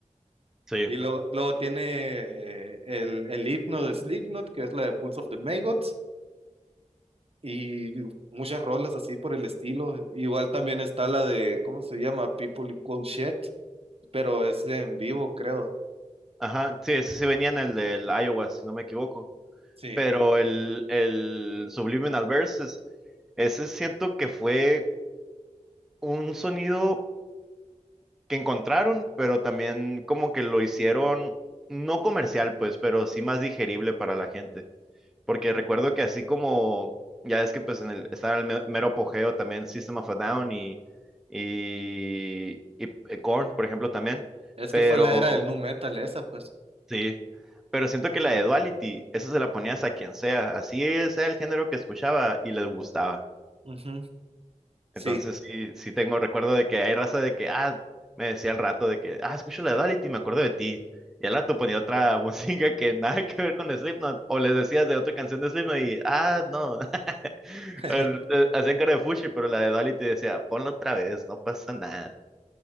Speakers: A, in the centre; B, on the right (about 50°).
A: Sí,
B: Y luego, luego tiene eh, el, el himno de Slipknot, que es la de Pulse of the Maggots. y muchas rolas así por el estilo. Igual también está la de, ¿cómo se llama? People Equal Shit, pero es en vivo, creo.
A: ajá, sí, ese sí venía en el del Iowa, si no me equivoco.
B: Sí,
A: Pero el, el Subliminal Verses, ese siento que fue un sonido que encontraron, pero también como que lo hicieron no comercial, pues, pero sí más digerible para la gente. Porque recuerdo que así como, ya es que pues en el, estaba el me- mero apogeo también System of a Down y, y, y, eh, Korn, por ejemplo, también.
B: es
A: Pero
B: que fue la era del nu metal esa, pues.
A: sí. Pero siento que la de Duality, esa se la ponías a quien sea, así sea el género que escuchaba y les gustaba.
B: Ujú, Sí,
A: Entonces sí, sí tengo recuerdo de que hay raza de que, ah, me decía al rato de que, ah, escucho la de Duality, me acuerdo de ti. Y al rato ponía otra <laughs> música que nada que ver con Slipknot, o les decías de otra canción de Slipknot y, ah, no, <laughs>
B: <laughs>
A: Al- eh, hacían cara de fuchi, pero la de Duality decía, ponla otra vez, no pasa nada.